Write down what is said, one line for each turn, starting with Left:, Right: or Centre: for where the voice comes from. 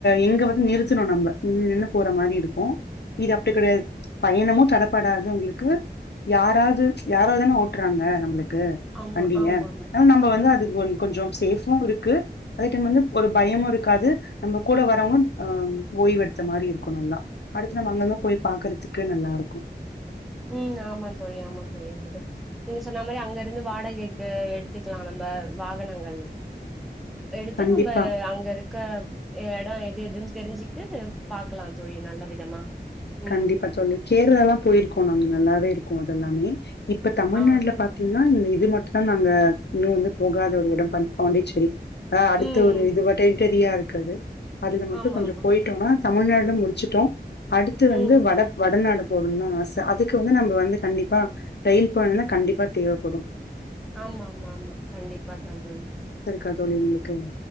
Left: எங்க வந்து நிறுத்தணு நம்ம நின்னு நின்னு போற மாரி இருக்கு இது அப்படி கடையாது பயணமு தடப்படாது உங்களுக்கு யாராவது யாராவதுதான ஓட்டுறாங்க நம்மளுக்கு கு
Centre: ஆமா
Left: வண்டிங்க
Centre: ஆமா ஆமா
Left: ஆனா நம்ம வந்து அதுக்கு கொஞ்சம் சேஃபு இருக்கு அதே டைம் வந்து ஒரு பயமு இருக்காது நம்ம கூட வரவு அ ஓய்வு எடுத்த மாரி இருக்கு நல்லா அடுத்து நம்ம அங்க அங்க போய் பாக்குறதுக்கு க்கு நல்லா இருக்கு
Centre: உ ஆமாம் தோழி ஆமா தோழி அது நீங்க சொன்ன மாரி அங்க இருந்து வாடகைக்கு எடுத்துக்கலா நம்ம வாகனங்கள் எடுத்து
Left: கண்டிப்பா
Centre: நம்ம அங்க இருக்க எடோ எது எதுன்னு தெரிஞ்சுட்டு பாக்கலா தோழி நல்ல விதமா ம்
Left: கண்டிப்பா தோழி கேரளாலா போயிருக்கோ போனாங்க நல்லாவே இருக்கு அது எல்லாமே இப்ப தமிழ்
Centre: ஆ
Left: நாடுல பாத்தீங்க நா இந்த இது மட்டுதா நாங்க இன்னு வந்து போகாத ஒரு இடம் பண் பாண்டிசேரி ஆ அடுத்த
Centre: ம்
Left: ஒரு இது மட்டே தெரியா இருக்குது அதுல மட்டு
Centre: ஆமா
Left: கொஞ்சோ
Centre: ஆமா
Left: போயிட்டோனா தமிழ்நாடு முடிச்சுட்டோ அ த் வந்து
Centre: ம்
Left: வட வடநாடு போனுதா ஆச அதுக்கு வந்து நம்ம வந்து கண்டிப்பா ரயில் போன கண்டிப்பா தேவைப்படு
Centre: ஆமா ஆமா ஆமா கண்டிப்பா தா தோழி
Left: கா தோழி உங்களுக்கு